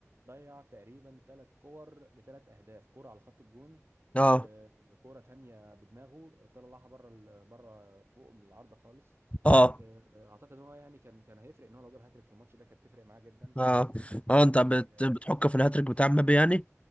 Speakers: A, on the right (about 55°); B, on the left (about 25°).
A: ضيع تقريبا ثلاث كور بثلاث اهداف كرة على خط الجون
B: اه
A: آه، كرة تانية بدماغه طلعها بره بره فوق العارضة خالص
B: اه
A: آه، اعتقد ان هو يعني كان كان هيفرق ان هو لو جاب هاتريك في الماتش ده كانت تفرق معاه جدا
B: اه اه انت بت
A: آه،
B: بتحك في الهاتريك بتاع مبابي يعني